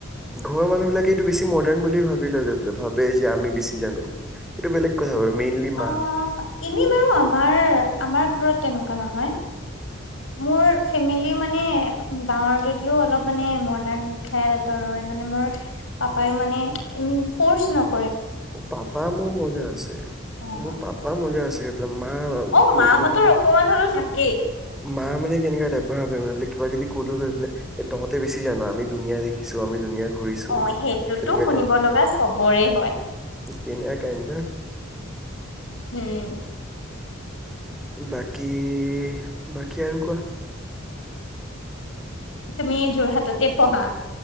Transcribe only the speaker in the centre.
ঘৰৰ মানুহ বিলাকে এইটো বেছি মডাৰ্ণ বুলি ভাবি ললে, ভাবে যে আমি বেছি জানো। এইটো বেলেগ কথা। বাৰু মেইনলি মা
পাপা মোৰ মজা আছে,
মোৰ পাপা মজা আছে। গৈ পেলাই মা
অলপ
মানে
মা মানে কেনেকা টাইপৰ গমো কিবা যদি ক'লো গৈ পোলে তহতে বেছি জান আমি দুুনীয়া দেখিছো আমি দুুনীয়া ঘূৰিছো।
তেনেকা
তিনে কাইড
বাকী-বাকী আৰু কোৱা?